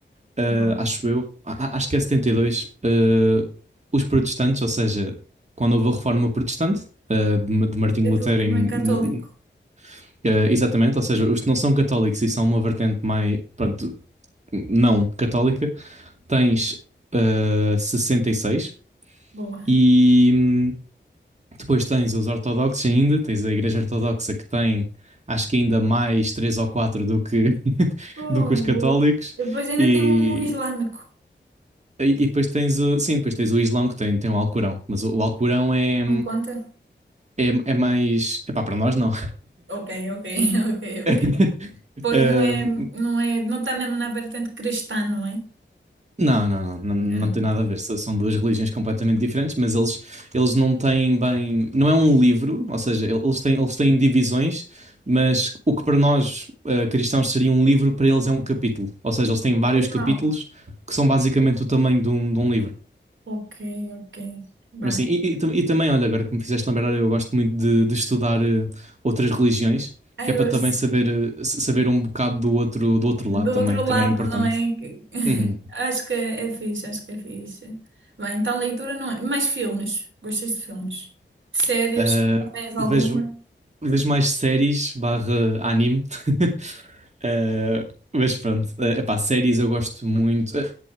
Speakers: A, on the right (about 35°); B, on the right (about 85°).
A: ah,
B: Bom,
A: acho eu, A- a- acho que é 72. Ah, os protestantes, ou seja, quando houve a reforma protestante, ah, de, de Martinho
B: é
A: Lutero
B: tudo que
A: em
B: não é católico.
A: eh, exatamente, ou seja, os que não são católicos e são uma vertente mais, pronto, não católica, tens eh, 66 e seis
B: Boa.
A: e hum, depois tens os ortodoxos ainda, tens a Igreja Ortodoxa que tem acho que ainda mais três ou quatro do que, <laughs>
B: Bom,
A: do que os católicos
B: e depois ainda
A: e,
B: tem um islâmico.
A: e e depois tens o, sim, depois tens o Islão que tem, tem o Alcorão, mas o, o Alcorão é,
B: Não conta?
A: é, é mais, epá, para nós não.
B: Ok, ok, <laughs> ok,
A: <laughs>
B: ok. Pois
A: Um,
B: não é, não é, não está mesmo na vertente cristã, não é?
A: Não, não, não, não,
B: Não.
A: não tem nada a ver. São são duas religiões completamente diferentes, mas eles, eles não têm bem. Não é um livro, ou seja, eles têm, eles têm divisões, mas o que para nós, eh, cristãos seria um livro, para eles é um capítulo. Ou seja, eles têm vários
B: Uau.
A: capítulos que são basicamente o tamanho de um, de um livro.
B: Ok, ok. Bem.
A: Mas sim, e, e tam- e também, olha, agora que me fizeste lembrar, eu gosto muito de, de estudar eh, outras religiões,
B: Aí
A: que é para
B: hoje.
A: também saber, eh, s- saber um bocado do outro, do outro
B: Do
A: lado também.
B: outro lado,
A: Também é importante.
B: não é? <laughs>
A: Uhum.
B: Acho que é fixe, acho que é fixe. Bem, então leitura não é. Mais filmes. Gostas de filmes? Séries?
A: Ah,
B: Tens alguma?
A: vejo. Vês mais séries barra anime. <laughs> Eh, mas pronto, é epá, séries eu gosto muito. eh,